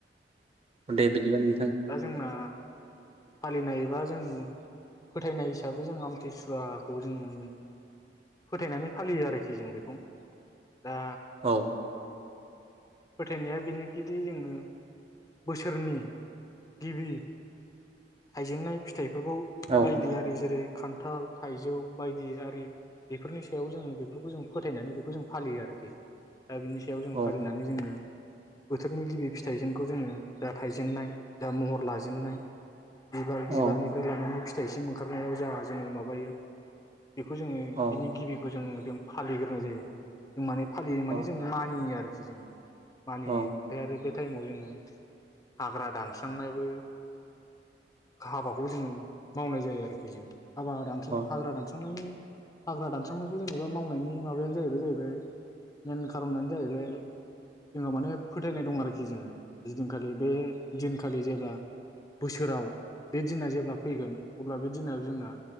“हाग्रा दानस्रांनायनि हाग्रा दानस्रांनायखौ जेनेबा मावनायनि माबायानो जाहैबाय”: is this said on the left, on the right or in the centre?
Left